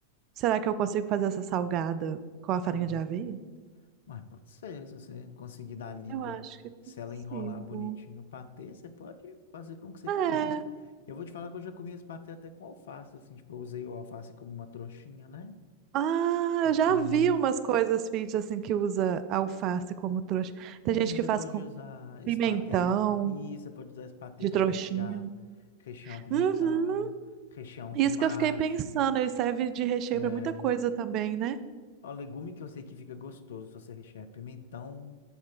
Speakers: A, on the right; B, on the left.
A: Será que eu consigo fazer essa salgada com a farinha
B: Ah,
A: de aveia?
B: Mas pode ser, se você conseguir dar a liga,
A: Eu acho que
B: se
A: consigo.
B: ela enrolar bonitinho o patê, você pode fazer como que você
A: É.
B: quiser. Eu vou te falar que eu já comi esse patê até com alface, assim, tipo, eu usei o alface como uma trouxinha, né?
A: Ah,
B: E
A: eu
B: comi.
A: já vi umas coisas fit assim que usa alface como trouxa. Tem
B: É,
A: gente que
B: você
A: faz
B: pode
A: com
B: usar
A: pimentão
B: esse patê, e você pode usar esse patê
A: de
B: para
A: trouxinha.
B: rechear, rechear um pimentão,
A: Uhum,
B: rechear um tomate.
A: isso que eu fiquei pensando, ele serve de recheio
B: É...
A: pra muita coisa também, né?
B: Ó, legume que eu sei que fica gostoso se você rechear é pimentão,